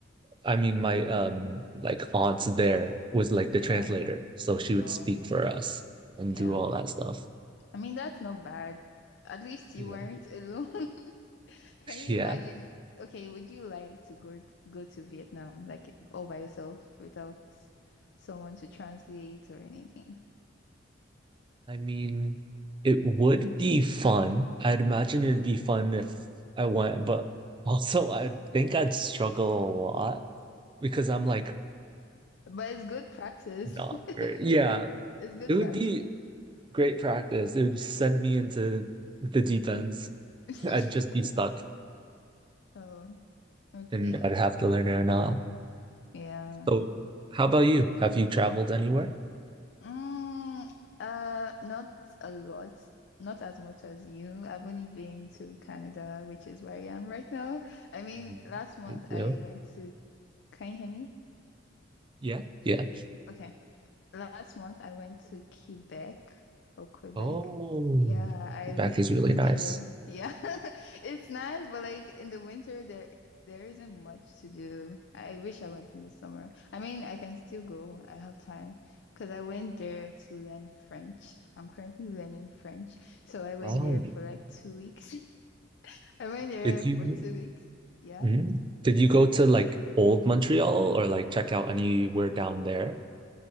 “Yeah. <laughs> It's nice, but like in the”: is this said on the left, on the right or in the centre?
Left